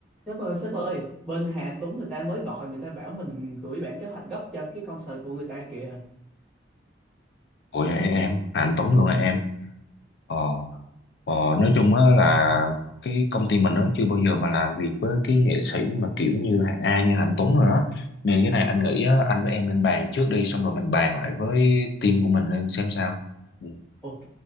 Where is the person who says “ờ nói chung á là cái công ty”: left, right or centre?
Left